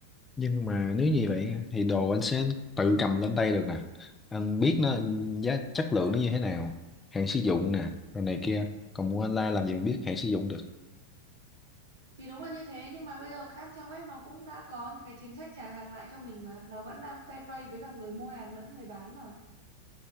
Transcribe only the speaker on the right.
thì đúng là như thế nhưng mà bây giờ các trang web nó cũng đã có những cái chính sách trả hàng lại cho mình mà nó vẫn đang fair play với cả người mua hàng lẫn người bán mà